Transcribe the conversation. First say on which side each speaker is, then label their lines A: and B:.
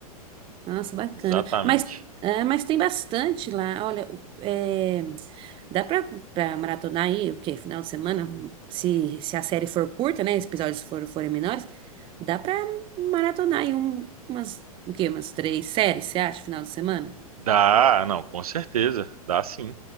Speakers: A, on the right; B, on the right.
A: Nossa, bacana.
B: Exatamente.
A: Mas, é, mas tem bastante lá. Olha, o- é, dá pra, pra maratonar aí, o quê? Final de semana? Se, se a série for curta, né? Os episódios for, forem menores, dá pra maratonar aí um- umas, o quê? Umas três séries, você acha, final de semana?
B: Dá, não, com certeza. Dá sim.